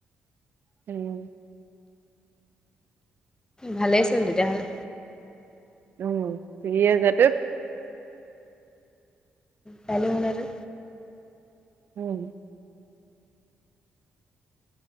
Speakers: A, on the right (about 55°); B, on the left (about 15°).
A: উম।
B: ভালেই চোন তেতিয়াহ'লে
A: উম চিৰি <unintelligible>
B: কালি হ'ল আৰু
A: উম।